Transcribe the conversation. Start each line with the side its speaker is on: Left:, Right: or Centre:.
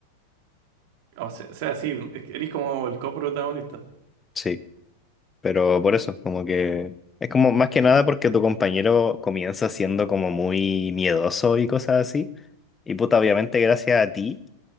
Right: O se- sea, sí, es que eres como el coprotagonista.
Left: Sí, pero por eso, como que es como más que nada porque tu compañero comienza siendo como muy miedoso y cosas así. Y puta, obviamente gracias a ti.